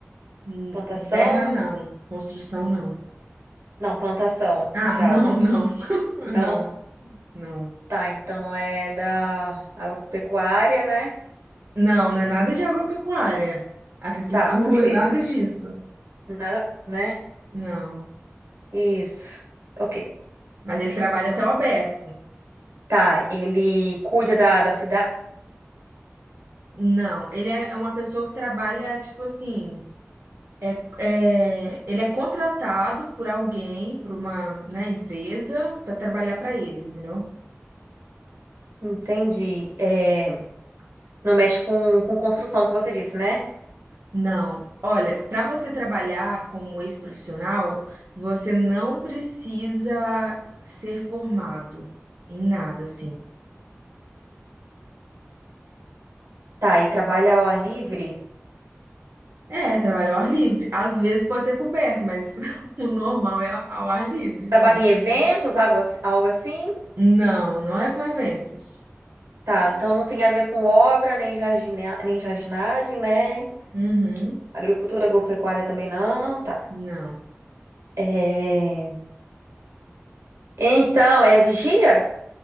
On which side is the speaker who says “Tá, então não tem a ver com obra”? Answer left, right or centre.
Right